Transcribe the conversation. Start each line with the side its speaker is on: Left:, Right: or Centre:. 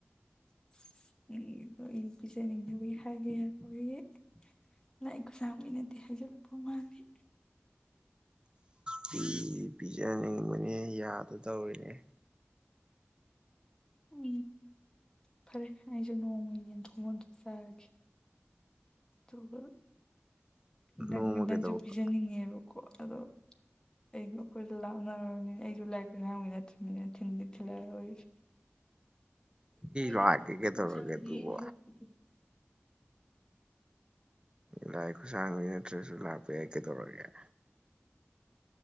Left: ꯏꯁ ꯅꯪꯒꯤꯗꯣ ꯑꯩ ꯄꯤꯖꯅꯤꯡꯗꯕꯩ ꯍꯥꯏꯕ ꯌꯥꯝ ꯑꯣꯏꯌꯦ ꯂꯥꯏ ꯈꯨꯠꯁꯥꯡꯕꯤ ꯅꯠꯇꯦ ꯍꯥꯏꯖꯤꯜꯂꯛꯄ ꯃꯥꯜꯂꯦ
Right: ꯄꯤꯗꯤ ꯄꯤꯖꯅꯤꯡꯕꯅꯦ ꯌꯥꯗ ꯇꯧꯔꯤꯅꯦ
Left: ꯎꯝ ꯐꯔꯦ ꯑꯩꯁꯨ ꯅꯣꯡꯃ ꯌꯦꯟ ꯊꯣꯡꯕ ꯑꯝꯇ ꯆꯥꯒꯦ ꯑꯗꯨꯒ ꯅꯪꯒ
Right: ꯅꯣꯡꯃ
Left: ꯅꯪꯖꯨ
Right: ꯀꯩꯗꯧꯕ
Left: ꯄꯤꯖꯅꯤꯡꯉꯦꯕ ꯑꯗꯣ ꯑꯩꯈꯣꯏ ꯂꯥꯞꯅꯔꯕꯅꯤꯅ ꯑꯩꯁꯨ ꯂꯥꯏ ꯈꯨꯠꯁꯥꯡꯕꯤ ꯅꯠꯇꯕꯅꯤꯅ ꯊꯤꯟꯗꯤ ꯊꯤꯟꯗꯤ ꯊꯤꯜꯂꯛꯑꯔꯣꯏꯒꯦ ꯑꯩ
Right: ꯂꯥꯛꯀꯦ ꯀꯩꯗꯧꯔꯒꯦ
Left: <unintelligible>
Right: ꯑꯗꯨꯕꯨ ꯂꯥꯏ ꯈꯨꯠꯁꯥꯡꯕ ꯅꯠꯇ꯭ꯔꯒꯁꯨ ꯂꯥꯛꯄ ꯌꯥꯏ ꯀꯩꯗꯧꯔꯒꯦ